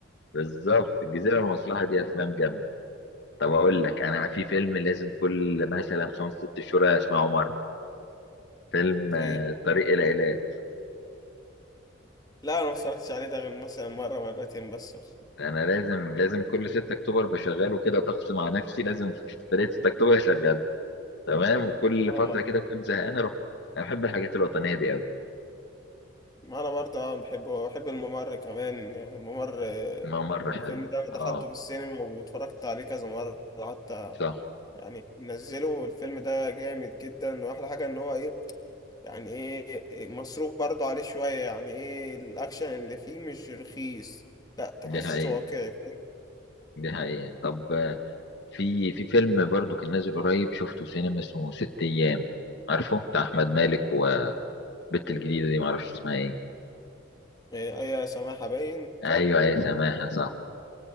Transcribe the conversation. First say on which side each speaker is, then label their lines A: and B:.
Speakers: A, on the left; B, on the left.
A: بالظبط الجزيرة والمصلحة دي أفلام جامدة طب أقول لك أنا في فيلم لازم كل مثلا خمس ست شهور أسمعه مرة فيلم
B: ايه
A: آه، الطريق إلى إيلات
B: لا انا ما اتفرجتش عليه ده غير مثلا مره مرتين بس
A: أنا لازم لازم كل 6 أكتوبر بشغله كده طقس مع نفسي لازم في ليلة 6 أكتوبر أشغله تمام وكل
B: ما
A: فترة كده كنت زهقان أروح أنا بحب الحاجات الوطنية دي أوي
B: ما انا برضه اه بحب بحب الممر كمان يعني الممر آه،
A: ما مرة حلو
B: الفيلم ده دخلته
A: أه
B: في السينما واتفرجت عليه كذا مرة حتى
A: صح
B: يعني منزله الفيلم ده جامد جدا واحلى حاجة ان هو ايه يعني ايه مصروف برضه عليه شوية يعني ايه الاكشن اللي فيه مش رخيص لا تحسه
A: دي حقيقة
B: واقعي
A: دي حقيقة طب آه، في في فيلم برضو كان نازل قريب شفته سينما اسمه ست أيام عارفه بتاع أحمد مالك و البت الجديدة دي معرفش اسمها ايه
B: ايه ايه سماحة باين
A: ايوه
B: صح
A: اي سماحة صح